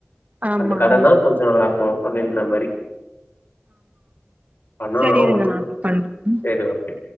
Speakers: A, on the right; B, on the left.
A: ஆமா
B: அந்த கடைனா
A: ஆமா
B: கொஞ்சம் நல்லாருக்கும் அப்டின்ற மாரி ஆனா
A: செரி இருங்க
B: ஒன்னு
A: நா பண்றேன்
B: சரி ஓகே